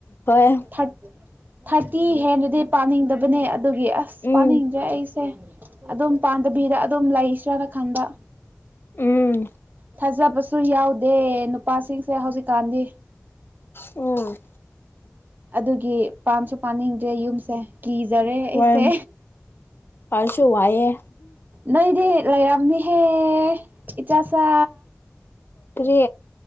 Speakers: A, on the left; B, on the right.
A: ꯍꯣꯏ
B: ꯊꯥ ꯊꯥꯔꯇꯤ ꯍꯦꯟꯅꯗꯤ ꯄꯥꯅꯤꯡꯗꯕꯅꯦ ꯑꯗꯨꯒꯤ ꯑꯁ
A: ꯎꯝ
B: ꯄꯥꯅꯤꯡꯗ꯭ꯔꯦ ꯑꯩꯁꯦ ꯑꯗꯨꯝ ꯄꯥꯟꯗꯕꯤꯗ ꯑꯗꯨꯝ ꯂꯩꯁ꯭ꯔꯥꯅ ꯈꯟꯕ
A: ꯎꯝ
B: ꯊꯥꯖꯕꯁꯨ ꯌꯥꯎꯗꯦ ꯅꯨꯄꯥꯁꯤꯡꯁꯦ ꯍꯧꯖꯤꯛꯀꯥꯟꯗꯤ
A: ꯎꯝ
B: ꯑꯗꯨꯒꯤ ꯄꯟꯁꯨ ꯄꯥꯅꯤꯡꯗ꯭ꯔꯦ ꯌꯨꯝꯁꯦ ꯀꯤꯖꯔꯦ
A: ꯍꯣꯏ
B: ꯑꯩꯁꯦ
A: ꯑꯩꯁꯨ ꯋꯥꯏꯌꯦ
B: ꯅꯣꯏꯗꯤ ꯂꯩꯔꯝꯅꯤꯍꯦ ꯏꯆꯥꯆꯥ
A: ꯀꯔꯤ